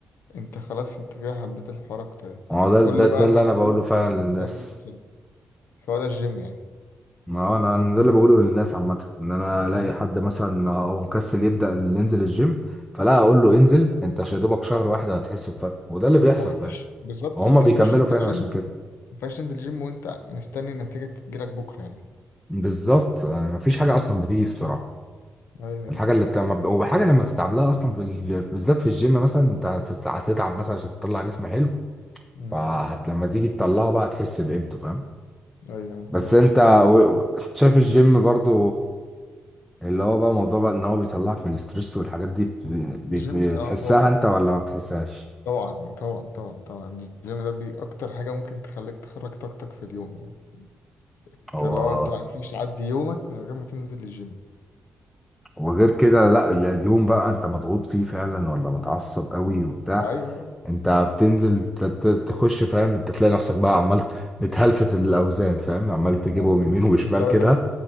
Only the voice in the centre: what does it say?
ما هو ده
ده ده
اللي
انا بقوله فعلا
للناس
ما انا أنا ده اللي بقوله للناس عامه ان انا الاقي
حد مثلا هو مكسل يبدا ينزل الجيم فلا اقول له انزل انت يا دوبك شهر واحد هتحس بفرق وده اللي بيحصل
فعلا
وهم
بيكملوا
فعلا
عشان
كده
بالظبط يعني مفيش حاجه اصلا بتيجي بسرعه
الحاجه
اللي بتعمل وحاجه لما تتعب لها اصلا في ال... بالذات في الجيم مثلا انت هتت- هتتعب مثلا عشان تطلع جسم حلو
فلما تيجي تطلعه بقى تحس بقيمته فاهم
بس
انت و... و- شايف الجيم برضو اللي هو بقى موضوع بقى ان هو بيطلعك من الاسترس والحاجات دي بت- بت-
بتحسها
انت ولا ما بتحسهاش
هو
وغير كده لا يعني يوم بقى انت مضغوط فيه فعلا ولا متعصب قوي وبتاع
انت بتنزل ت- ت- تخش فاهم انت تلاقي نفسك بقى عمال بتهلفت الاوزان فاهم عمال تجيبهم
يمين وشمال
كده